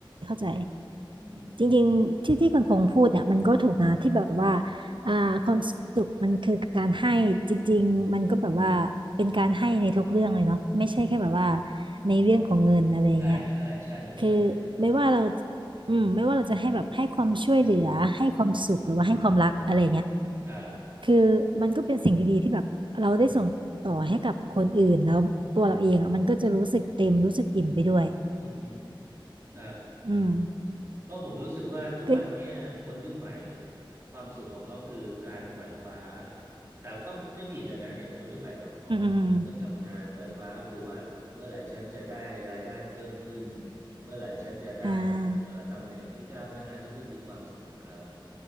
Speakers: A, on the right; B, on the right.
A: เข้าใจ
B: อืม
A: จริงๆที่ที่คุณพงษ์พูดเนี่ยมันก็ถูกนะที่แบบว่าอ่าความสุขมันคือการให้จริงๆมันก็แบบว่าเป็นการให้ในทุกเรื่องเลยเนาะไม่ใช่แค่แบบว่าในเรื่องของเงินอะไรอย่างเงี้ย
B: ใช่ใช่ใช่มันไม่จำเป็นเลย
A: คือไม่ว่าเราอืมไม่ว่าเราจะให้แบบให้ความช่วยเหลือให้ความสุขหรือว่าให้ความรักอะไรอย่างเงี้ย
B: ครับ
A: คือมันก็เป็นสิ่งดีๆที่แบบเราได้ส่งต่อให้กับคนอื่นแล้วตัวเราเองอ่ะมันก็จะรู้สึกเต็มรู้สึกอิ่มไปด้วย
B: อืมครับ
A: อืม
B: เพราะผมรู้สึกว่าทุกวันเนี้ยคนรุ่นใหม่
A: ก็
B: ความสุขของเขาคือการขวายคว้าแต่ก็ไม่ผิดอะนะอย่างคนรุ่นใหม่แบบออกมาเริ่มทำงานขวายคว้าก็คือว่าเมื่อไหร่ฉันจะได้รายได้เพิ่มขึ้น
A: อืมอืมอม
B: เมื่อไหร่ฉันจะได้
A: อ่า
B: เอ่อตำแหน่งที่ก้าวหน้าอันนี้ก็คือความสุขของเขา